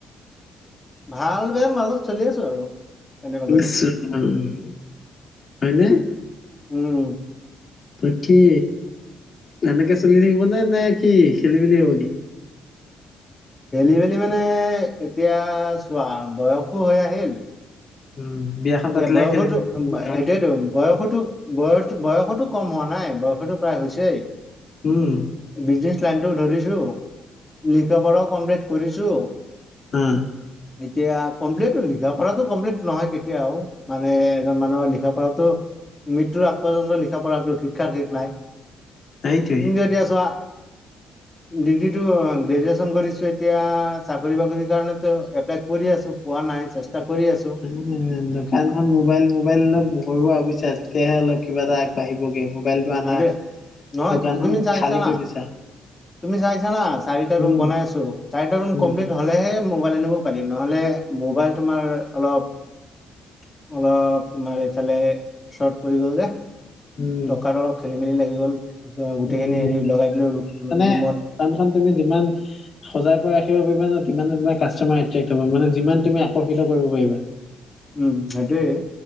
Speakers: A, on the left; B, on the left.
A: ভাল বেয়া মাজত চলি আছো আৰু। কেনেবা
B: <unintelligible>
A: কৰি
B: হয়নে?
A: উম।
B: ত কি, এনেকে চলি থাকিব নে, নে কি? খেলি মেলি হব কি?
A: খেলি-মেলি মানে এতিয়া চোৱা বয়সো হৈ আহিল,
B: উম বিয়াখন
A: এতিয়া
B: পাতিলেহে
A: বয়সতো
B: খেলি মেলি হ'ব কাৰণ।
A: সেইটোয়ো বয়সতো বয়স বয়সতো কম হয় নাই বয়ষতো প্ৰায় হৈছে,
B: উম
A: বিজনেচ লাইনতটোও ধৰিছো লিখা পঢ়াও কমপ্লিট কৰিছো।
B: উম।
A: এতিয়া কমপ্লেনটো লিখা পৰাতো কমপ্লেইনটো নহয় কে এতিয়াও মানে এজন মানুহৰ লিখা পঢ়াতো মৃত্যুৰ আগপৰ্যন্ত লিখা পঢটো শিক্ষাৰ শেষ নাই।
B: সেইটোৱে
A: তুমি এতিয়া চোৱা ডিগ্ৰীটো গ্ৰেজুৱেচন কৰি এতিয়া চাকৰি বাকৰি কাৰণো এপ্লাই কৰি আছো। পোৱা নাই চেষ্টা কৰি আছো।
B: উম দোকানখন, মোবাইল-মোবাইল অলপ ব <unintelligible> তেতিয়াহে অলপ কিবা এটা আগবাঢ়িব মোবাইলটো আনা,
A: আৰু দে- নহয়
B: দোকানখন
A: তুমি চাইছা
B: খালী কৰি
A: না
B: দিছা।
A: তুমি চাইছা না, চাৰিটা ৰুম
B: উম
A: বনাই আছো। চাৰিটা ৰুম
B: উম
A: কমপ্লিট হলেহে মোবাইল আনিব পাৰিম, নহলে মোবাইল তোমাৰ অলপ-অলপ তোমাৰ এইফালে শৰ্ট পৰি গ'ল যে।
B: উম
A: টকাটো অলপ খেলি-মেলি লাগি গ'ল, গোটেইখিনি
B: উম
A: হেৰি লগাই দিলো ৰু-
B: মানে
A: ৰুমত
B: দোকানখন তুমি যিমান সজাই ৰাখিব পাৰিবা ন, <unintelligible> তমাৰ কাষ্টমাৰ এট্ৰেক্ট হব মানে যিমান তুমি আকৰ্ষিত কৰিব পাৰা।
A: উম। সেইটোৱে।